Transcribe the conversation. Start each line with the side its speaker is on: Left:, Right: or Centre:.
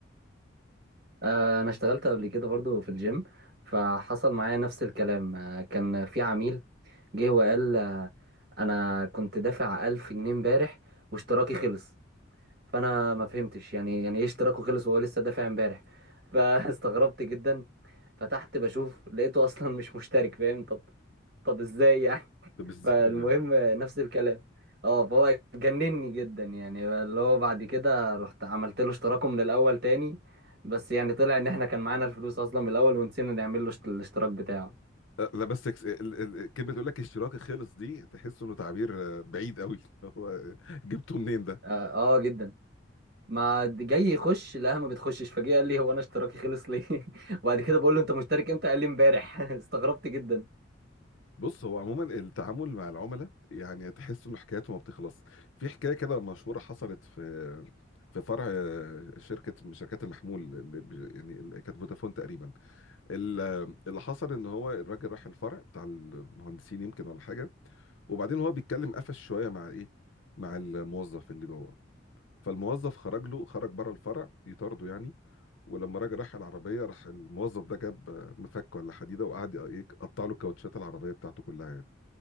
Right: آه، انا اشتغلت قبل كده برضو في الجيم فحصل معايا نفس الكلام آه، كان في عميل جه وقال آه، انا كنت دافع 1000 جنيه امبارح واشتراكي خلص فانا ما فهمتش يعني يعني ايه اشتراكه خلص وهو لسه دافع امبارح <laughs> فاستغربت جدا فتحت بشوف لقيته اصلا مش مشترك فاهم طب طب ازاي يعني
Left: طب ازاي
Right: فالمهم
Left: ده؟
Right: نفس الكلام اه فهو جنني جدا يعني اللي هو بعد كده رحت عملت له اشتراكه من الاول تاني بس يعني طلع ان احنا كان معانا الفلوس اصلا من الاول ونسينا نعمل له اشت- الاشتراك بتاعه
Left: آه، لا بس كس- ال- ال- كلمة تقول لك اشتراكي خلص دي تحس انه تعبير آه، بعيد قوي <laughs> هو آه، جبته منين ده؟
Right: اه, آه جدا ما د- جاي يخش لا ما بتخشش فجأة قال لي هو انا اشتراكي خلص ليه <laughs> وبعد كده بقول له انت مشترك امتى قال لي امبارح <laughs> استغربت جدا
Left: بص هو عموما التعامل مع العملاء يعني تحس انه حكايته ما بتخلص في حكايه كده مشهوره حصلت في في فرع شركه من شركات المحمول اللي بي- يعني اللي كانت فودافون تقريبا ال- اللي حصل ان هو الراجل راح الفرع بتاع المهندسين يمكن ولا حاجه وبعدين هو بيتكلم قفش شويه مع ايه مع الموظف اللي جوه فالموظف خرج له خرج بره الفرع يطارده يعني ولما راجل راح العربيه راح الموظف ده جاب مفك ولا حديده وقعد ايه قطع له كاوتشات العربيه بتاعته كلها يعني